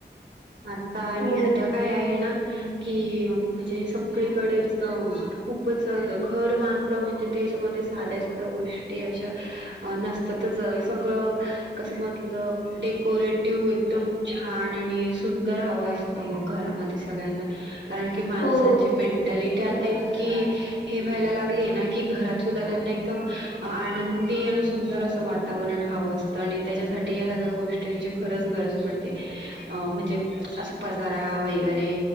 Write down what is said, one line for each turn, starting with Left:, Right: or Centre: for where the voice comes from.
Right: आता आणि
Left: हो
Right: सध्या काय आहे ना? कि म्हणजे सगळीकडेच खूपच घर बां धलं म्हणजे त्याच्यामध्ये साध्या सुध्या गोष्टी अशा नसतातच सगळं कसं मतलब डेकोरेटिव्ह एकदम छान आणि सुंदर हाव आस तं मग घरामध्ये सगळ्यांना कारण की, माणसांची
Left: हो
Right: मेंटॅलिटी आता
Left: बरोबर
Right: इतकी हे व्हायला लाग ली हे ना की, घरात सुद्धा त्यांना एकदम आनंदी आणि सुंदर असं वातावरण हावं अस तं. आणि त्याच्यासाठी या सगळ्या गोष्टींची खरंच गरज पडते अ म्हणजे आस पसारा वगैरे